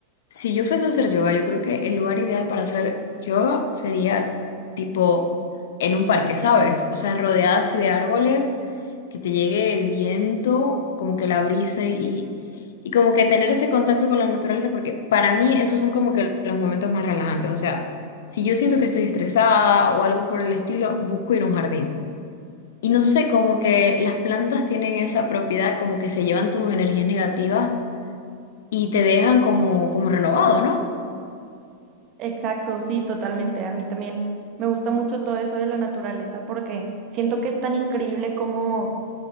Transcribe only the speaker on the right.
Exacto, sí, totalmente. A mí también me gusta mucho todo eso de la naturaleza porque siento que es tan increíble como